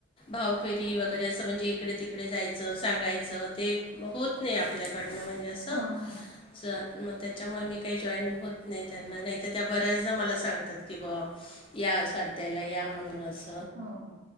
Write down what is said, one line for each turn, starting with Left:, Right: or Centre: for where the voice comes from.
Left: भावफेरी वगैरे असं म्हणजे इकडे तिकडे जायचं सांगायचं ते होत नाही आपल्याकडनं म्हणजेच
Right: हो हो.
Left: स मग त्याच्यामुळे मी काही जॉईट होत नाही त्यांना नाही तर त्या बऱ्याचदा मला सांगतात की बा या साध्याला या म्हणून अस.
Right: ह ह